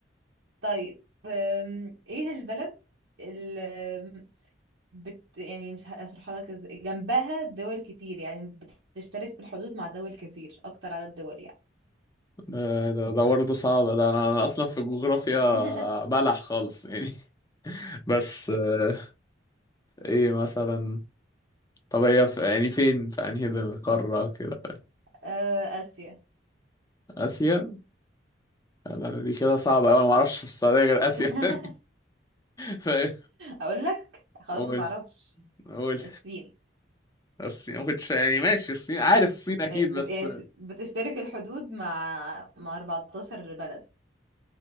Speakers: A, on the right; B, on the left.
A: طيب أم، ايه البلد اللي بت يعني مش هشرحها لك ازاي جنبها دول كتير يعني بتشترك في الحدود مع دول كتير اكتر عدد دول يعني
B: ده ده ده برضه صعب ده انا انا اصلا في الجغرافيا
A: <laughs>
B: بلح خالص يعني <laughs> بس آه ايه مثلا طب هي في يعني فين في انهي ده قارة كده
A: آه، اسيا
B: اسيا لا، لا، دي كده صعبة أوي، انا ما اعرفش في السعودية غير اسيا
A: <laughs>
B: <laughs> ف-
A: اقول لك خلاص
B: قول
A: ما تعرفش
B: قول
A: الصين
B: الصين ما كنتش يعني ماشي الصين عارف الصين اكيد بس
A: بت... يعني بتشترك الحدود مع مع 14 بلد